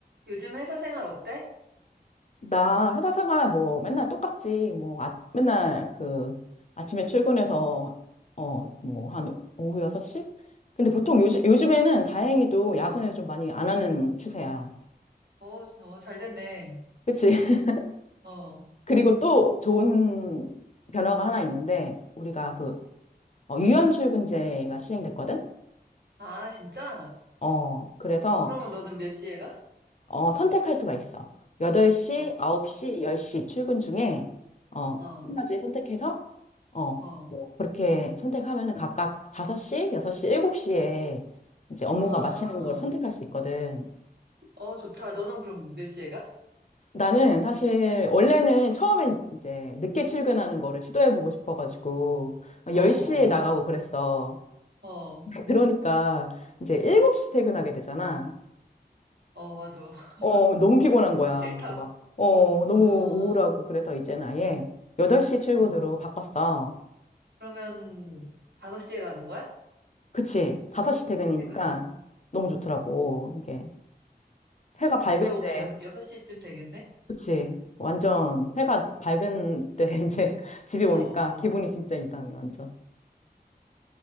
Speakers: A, on the right; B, on the left.
A: 요즘 회사 생활 어때?
B: 나 회사 생활 뭐 맨날 똑같지. 뭐 아, 맨날 그 아침에 출근해서 어, 뭐 한 오후 6시? 근데 보통 요즘, 요즘에는 다행히도 야근을
A: 어,
B: 좀 많이 안 하는 추세야.
A: 어, 진- 어, 잘 됐네.
B: 그치? <laughs>
A: 어.
B: 그리고 또 좋은 변화가 하나 있는데 우리가 그 어, 유연 출근제가 시행됐거든?
A: 아, 진짜?
B: 어, 그래서
A: 그러면 너는 몇 시에 가?
B: 어, 선택할 수가 있어. 8시,
A: 어,
B: 9시, 10시 출근 중에, 어, 한
A: 어,
B: 가지 선택해서, 어,
A: 어.
B: 뭐, 그렇게 선택하면은 각각 5시, 6시, 7시에 이제 업무가
A: 아,
B: 마치는 걸 선택할 수 있거든.
A: 어, 좋다. 너는 그럼 몇 시에 가?
B: 나는 사실, 원래는 처음엔 이제 늦게 출근하는 거를 시도해보고 싶어가지고,
A: 어,
B: 10시에
A: 어,
B: 나가고 그랬어.
A: 어,
B: 그러니까 이제 7시 퇴근하게 되잖아.
A: 어, 맞아. <laughs>
B: 어, 너무 피곤한 거야.
A: 싫다.
B: 그리고 막, 어, 너무
A: 아,
B: 우울하고. 그래서 이제는 아예 8시 출근으로
A: 어.
B: 바꿨어.
A: 그러면 다섯 시에 가는 거야?
B: 그치. 5시 퇴근이니까
A: 퇴근을?
B: 너무 좋더라고. 이게 해가
A: 그러면
B: 밝을
A: 집에 오면
B: 때,
A: 여, 섯시쯤 되겠네?
B: 그치. 완전 해가 밝은 때 <laughs> 이제 집에 오니까
A: 어, 어.
B: 기분이 진짜 이상해, 완전.